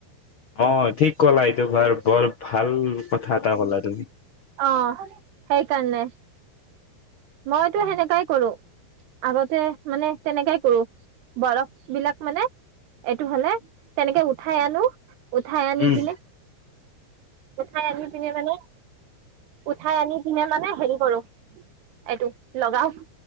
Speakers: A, on the left; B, on the right.
A: অ', ঠিক ক'লা এইটো বাৰু বল ভাল কথা এটা ক'লা তুমি।
B: অহ। সেইকাৰণে মইটো সেনেকাই কৰোঁ, আগতে মানে তেনেকাই কৰোঁ, বৰফবিলাক মানে এইটো হ'লে তেনেকে উঠাই আনো। উঠাই আনি
A: উম
B: পিনে উঠাই আনি পিনে মানে, উঠাই আনি পিনে মানে হেৰি কৰোঁ। এইটো লগাও